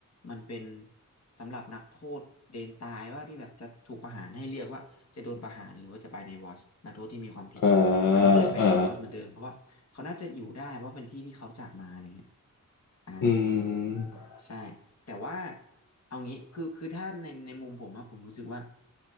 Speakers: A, on the left; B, on the left.
A: มันเป็นสำหรับนักโทษเดนตายว่าที่แบบจะถูกประหารให้เลือกว่าจะโดนประหารหรือว่าจะไปในวอชนักโทษที่มีความผิด
B: อ่า
A: จอนก็เลยไปในวอชเหมือนเดิมเพราะว่าเขาน่าจะอยู่ได้เพราะเป็นที่ที่เขาจากมาอะไรเงี้ย
B: อ่า
A: อ่า
B: อืม
A: ใช่ แต่ว่าเอางี้คือคือถ้าในในมุมผมอะผมรู้สึกว่า